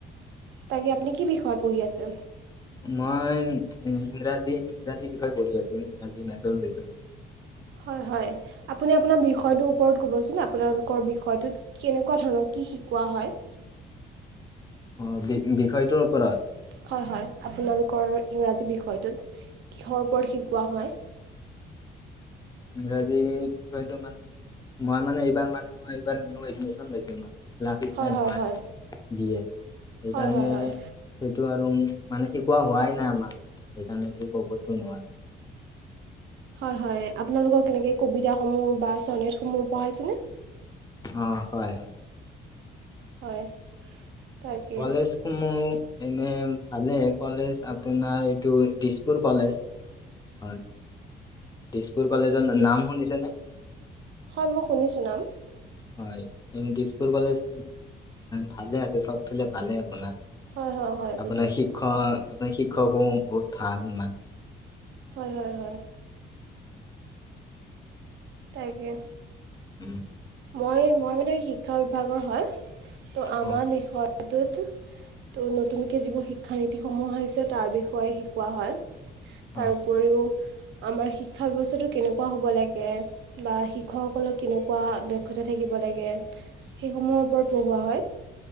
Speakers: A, on the right; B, on the left.
A: তাকে আপুনি কি বিষয়ত পঢ়ি আছে?
B: মই ইংৰাজী ইংৰাজী বিষয় পঢ়ি আছো ইংৰাজী মেজৰ লৈছো।
A: হয়, হয়। আপুনি আপোনাৰ বিষয়টোৰ ওপৰত ক'বচোন! আপোনালোকৰ বিষয়টোত কেনেকুৱা ধৰণৰ কি শিকোৱা হয়?
B: অ, বি বিষয়টোৰ ওপৰত!
A: হয়, হয়, আপোনালোকৰ ইংৰাজী বিষয়টোত কিহৰ ওপৰত শিকোৱা হয়?
B: ইংৰাজীৰ বিষয়টো মানে মই মানে এইবাৰ মানে মই এইবাৰ নিউ এডমিচন লৈছোঁ। মানে <unintelligible>
A: হয় হয় হয় হয় হয় হয়
B: সেইটো আৰু মানে শিকোৱা হোৱাই নাই আমাক সেইকাৰণটো কবতো নোৱাৰো।
A: হয়, হয়, আপোনালোকক কেনেকৈ কবিতাসমূহ বা ছনেটসমূহ পঢ়াইছেনে?
B: অ, হয়, হয়।
A: হয়। তাকে
B: কলেজ মোৰ এনে ভালে কলেজ আপোনাৰ এইটো দিছপুৰ কলেজ। হয়, দিছপুৰ কলেজৰ নাম শুনিছেনে?
A: হয়, মই শুনিছোঁ নাম।
B: হয়, দিছপুৰ কলেজ ভালে আছে চবফলে ভালে আপোনাৰ।
A: হয় হয় হয় বুজি
B: আপোনাৰ
A: পাইছোঁ
B: শিক্ষক আপোনাৰ শিক্ষকো বহুত ভাল মানে।
A: হয়, হয়, হয়। তাকে।
B: উম।
A: মই মই মানে শিক্ষা বিভাগৰ হয়, ত' আমাৰ
B: অ
A: বিষয়টোত। ত' নতুনকৈ যিবোৰ শিক্ষানীতিসমূহ আহিছে তাৰ বিষয়ে শিকোৱা হয়।
B: হয়
A: তাৰ উপৰিও। আমাৰ শিক্ষা ব্যৱস্থাটো কেনেকুৱা হ'ব লাগে, বা শিক্ষকসকলক কেনেকুৱা। দক্ষতা থাকিব লাগে সেইসমূহৰ ওপৰত পঢ়োৱা হয়।